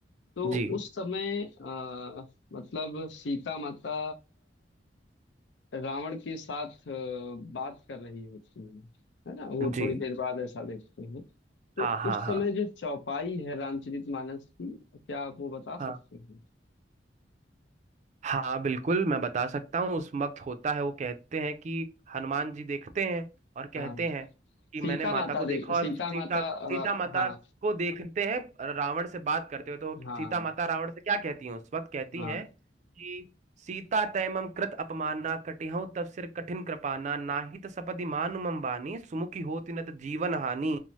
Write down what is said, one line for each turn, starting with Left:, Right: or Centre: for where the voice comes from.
Left: तो
Right: जी
Left: उस समय आ, मतलब सीता माता रावण के साथ अ, बात कर रही होती है है ना वो
Right: जी
Left: थोड़ी देर बाद ऐसा देखते हैं तो
Right: हाँ
Left: उस
Right: हाँ
Left: समय जो चौपाई है रामचरितमानस की क्या आप वो बता सकते
Right: हाँ
Left: हैं
Right: हाँ बिल्कुल मैं बता सकता हूँ उस वक्त होता है वो कहते हैं कि हनुमान जी देखते हैं और कहते
Left: हाँ
Right: हैं कि मैंने
Left: सीता
Right: माता
Left: माता
Right: को
Left: देख
Right: देखा और
Left: सीता
Right: सीता
Left: माता अ,
Right: सीता माता
Left: हाँ
Right: को देखते हैं रावण से बात करते हुए तो
Left: हाँ
Right: सीता माता रावण से क्या कहती हैं उस वक्त कहती
Left: हाँ
Right: हैं कि सीता तैमम कृत अपमाना कटिहउँ तव सिर कठिन कृपाना नाहि त सपदि मानु मम बानी सुमुखी होति न त जीवन हानि